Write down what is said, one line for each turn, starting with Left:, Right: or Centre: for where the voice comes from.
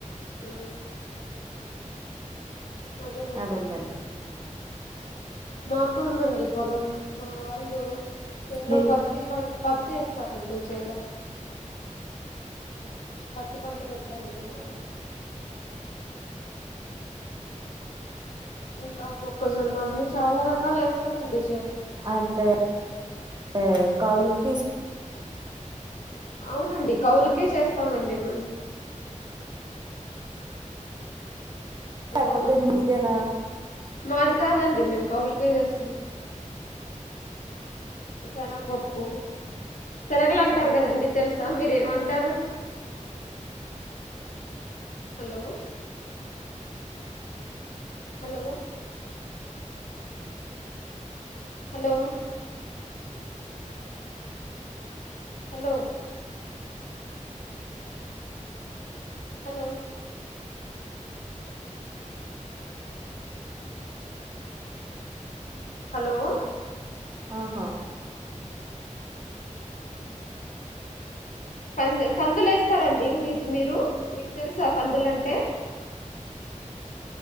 Left: ఆ అదేనండి
Right: అది ఉందండి
Left: మాకు ఉందండి పొలం మా వాళ్ళు చేలో
Right: మీ
Left: పత్తి పం పతి ఏస్తారండి చేలో పత్తి పంట పెట్టారండి మా వాళ్ళు ఇంకా మొక్కజొన్న అన్ని చాలా రకాలు ఏస్తారండి
Right: అంటే టె కౌలుకు తీ
Left: అవునండి కౌలుకే చేస్తామండి మేము హలో
Right: లేకపోతే మీదేనా
Left: మాది కాదండి మేము కవులుకే చేస్తాము శనగపప్పు శనగలు అంటారు కదండి తెలుసా మీరేమంటారు hello hello hello hello hello hello
Right: ఆహా
Left: కందు కందులు వేస్తారండి మీ మీరు మీకు తెలుసా కందులంటే